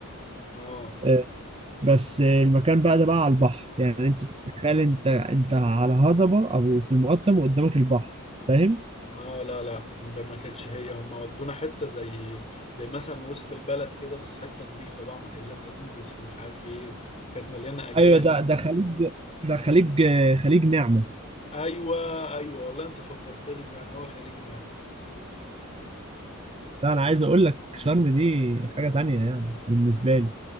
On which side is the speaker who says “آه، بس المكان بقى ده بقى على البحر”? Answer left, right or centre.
Right